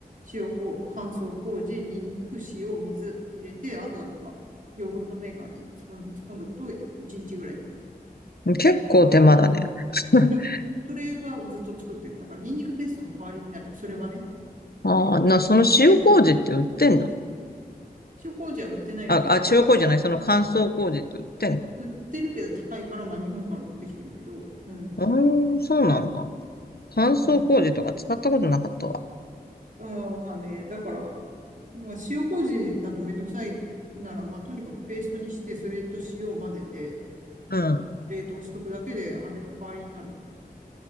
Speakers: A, on the right; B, on the left.
A: 塩こう、乾燥麹、ニンニク、塩、水入れて、あとはなんか、ヨーグルトメーカーに突っ込ん突っんどくと、1日ぐらいでできる。
B: ん。結構手間だね。<laughs>
A: まあ、でも、それはずっと作ってる。だから、ニンニクペーストの代わりになる。それはね。
B: ああ、な、その塩麹って売ってんの
A: 塩麹は売ってないから、
B: あ、あ、
A: まあ、
B: 塩麹じゃない、
A: で、
B: その乾燥麹って売ってんの
A: 売ってるけど高いから、まあ、日本から持ってきてるけど、うん。
B: うーん、そうなんだ。乾燥麹とか使ったことなかったわ。
A: うん。あまあね、だから、まあ、塩麹だとめんどくさいなら、まあ、とにかくペーストにして、それと塩を混ぜて、
B: うん。
A: あの、冷凍しとくだけで、あれの代わりになるんだよね。